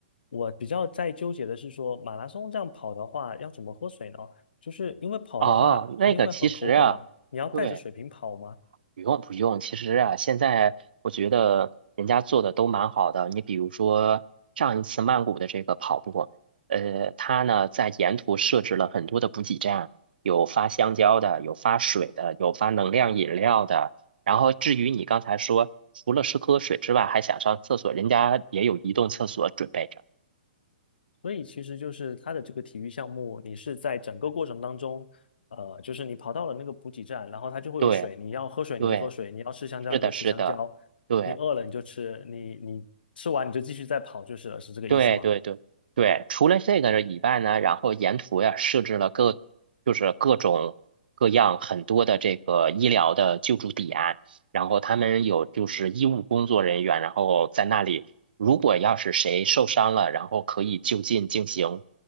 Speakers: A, on the left; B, on the right.
A: 我比较在纠结的是说，马拉松这样跑的话，要怎么喝水呢？就是因为跑的话肯定会很口渴嘛，
B: 哦，那个其实啊，
A: 你要带着水瓶跑嘛，
B: 对。不用不用，其实啊，现在我觉得人家做的都蛮好的。你比如说上一次曼谷的这个跑步，呃，它呢在沿途设置了很多的补给站，有发香蕉的，有发水的，有发能量饮料的。然后至于你刚才说，除了是喝水之外，还想上厕所，人家也有移动厕所准备着。
A: 所以其实就是它的这个体育项目，你是在整个过程当中，呃，就是你跑到了那个补给站，然后它就会有水，
B: 对
A: 你要喝水你就喝水，
B: 对，
A: 你要吃香蕉你就吃香蕉，
B: 是的，是的，对。
A: 你饿了你就吃，你你吃完你就继续再跑就是了，是这个意思吗？
B: 对对对对，除了这个以外呢，然后沿途呀设置了各就是各种各样很多的这个医疗的救助点，然后他们有就是医务工作人员，然后在那里，如果要是谁受伤了，然后可以就近进行